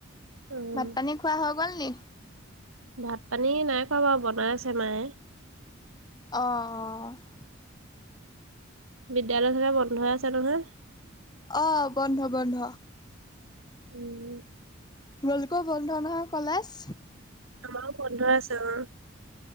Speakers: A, on the right; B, on the left.
A: উম
B: ভাত পানী খোৱা হৈ গ'ল নি?
A: ভাত পানী নাই খোৱা বাৰু বনাই আছে মায়ে।
B: অঁ অঁ।
A: বিদ্যয়ালয় থে বন্ধই আছে নহয় <unintelligible>
B: অ', বন্ধ বন্ধ।
A: উম।
B: তোমালোকৰ বন্ধ নহয় কলেজ?
A: আমাৰো বন্ধৰ আছে অ,